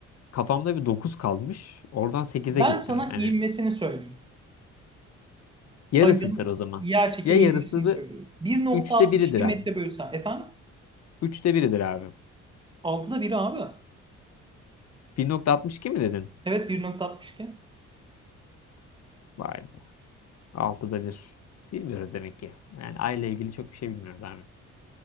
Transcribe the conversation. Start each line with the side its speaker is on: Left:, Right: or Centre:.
Left: kafamda bir 9 kalmış. Oradan sekize
Right: Ben
Left: gittim.
Right: sana
Left: Hani
Right: ivmesini söyleyeyim.
Left: yarısıdır
Right: Ayın
Left: o zaman.
Right: yer çekimi
Left: Ya yarısı
Right: ivmesini
Left: da
Right: söylüyorum. 1.62
Left: üçte biridir abi.
Right: metre bölü saniye. Efendim?
Left: üçte biridir abi.
Right: 6'da biri abi.
Left: 1.62 mi dedin?
Right: Evet 1.62.
Left: Vay be. altıda bir Bilmiyoruz demek ki. Yani aile ilgili çok bir şey bilmiyoruz abi.